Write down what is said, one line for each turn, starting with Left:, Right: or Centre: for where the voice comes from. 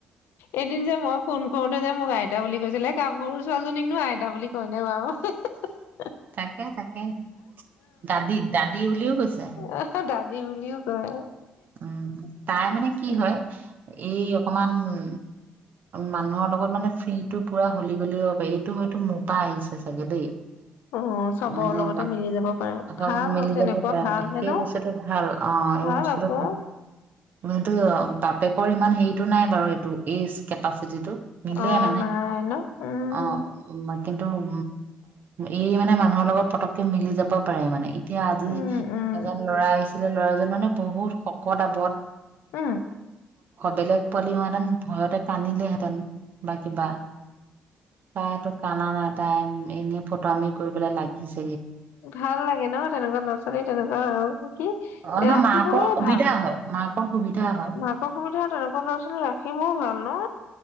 Left: এদিন যে মই ফোন কৰোতে যে মোক আইতা বুলি কৈছিলে গাভৰু ছোৱালীজনীকনো আইতা বুলি কয় ন বাৰু? হে হে হে
Right: তাকে তাকে দাদী দাদী বুলিও কৈছে
Left: অ দাদী বুলিও কয়
Right: উম হ। তাই মানে কি হয় এই অকমান উ মানুহৰ লগত মানে ফ্ৰীটো পুৰা হলি গলি হ'ব পাৰে এইটো হয়তো মোৰপৰা আহিছে চাগে দেই।
Left: অ চবৰ
Right: মানে
Left: লগতে
Right: মা-
Left: মিলি যাব পাৰে
Right: অকমান
Left: ভাল
Right: মিলি
Left: তেনেকুৱা
Right: যাব পৰা
Left: ভাল
Right: মানে
Left: হে
Right: সেই
Left: ন?
Right: বস্তুটো ভাল
Left: ভাল আকৌ
Right: অ হ টো বাপেকৰ ইমান হেৰিটো নাই বাৰু এইটো এই কেপাচিটি টো। মিলে
Left: অ
Right: মানে।
Left: নাই ন উম
Right: অ কিন্তু উ এই মানে মানুহৰ লগত পতককে মিলি যাব পাৰে মানে এতিয়া আজি
Left: উম উম
Right: এজন ল'ৰা আহিছে আছিলে ল'ৰাজন মানে বহুত শকত- আৱত
Left: উম!
Right: বেলেগ পোৱালি হোৱাহেতেন ভয়তে কান্দিলেহেঁতেন। বা কিবা। তাইটো কানা নাই তাই এনে ফটোৱামি কৰিবলৈ লাগিছে
Left: ভাল লাগে ন তেনেকুৱা ল'ৰা ছোৱালী? তেনেকুৱা আৰু কি
Right: অ ন
Left: ৰাখিব
Right: মাকৰ সুবিধা
Left: ভাল।
Right: হয় মাকৰ সুবিধা হয়
Left: মাকৰ সুবিধা। তেনেকুৱা ল'ৰা ছোৱালী ৰাখিবও ভাল ন?